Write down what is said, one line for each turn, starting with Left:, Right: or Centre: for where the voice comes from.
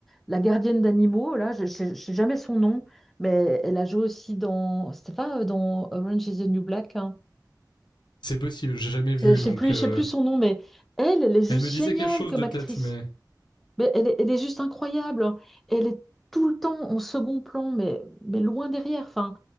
Centre: la gardienne d'animaux, là, je ne sais jamais son nom, mais elle a joué aussi dans... C'était pas euh, dans Orange is the New Black, hein.
Left: C'est possible, j'ai jamais vu,
Centre: Je ne sais
Left: donc.
Centre: plus,
Left: euh,
Centre: je sais plus son nom, mais elle, elle est juste
Left: Elle me disait
Centre: géniale
Left: quelque chose
Centre: comme
Left: de
Centre: actrice.
Left: tête, mais.
Centre: Mais elle est, elle est juste incroyable. hein. Elle est tout le temps en second plan, mais, mais loin derrière. Enfin,